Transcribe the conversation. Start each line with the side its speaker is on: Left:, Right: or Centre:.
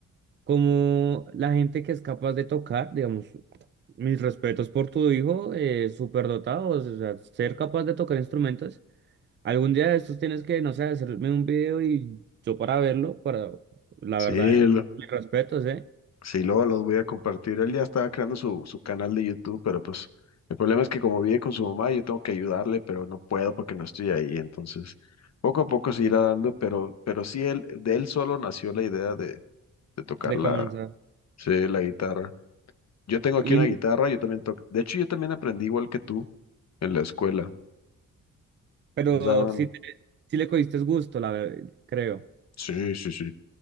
Right: como la gente que es capaz de tocar, digamos, mis respetos por tu hijo, eh, súper dotado, o sea, ser capaz de tocar instrumentos. Algún día de estos tienes que, no sé, hacerme un video y yo para verlo, para, la
Left: Sí,
Right: verdad, eh,
Left: lo-
Right: mis respetos, ¿eh?
Left: sí, luego los voy a compartir. Él ya estaba creando su, su canal de YouTube, pero pues el problema es que como vive con su mamá, yo tengo que ayudarle, pero no puedo porque no estoy ahí. Entonces, poco a poco se irá dando, pero, pero sí, él, de él solo nació la idea de, de tocar
Right: De
Left: la,
Right: comenzar.
Left: Sí, la guitarra. Yo tengo aquí
Right: Y,
Left: una guitarra, yo también toco. De hecho, yo también aprendí igual que tú en la escuela.
Right: pero
Left: Nos daban.
Right: sí, te- sí le cogiste gusto, la verdad, creo.
Left: Sí, sí, sí.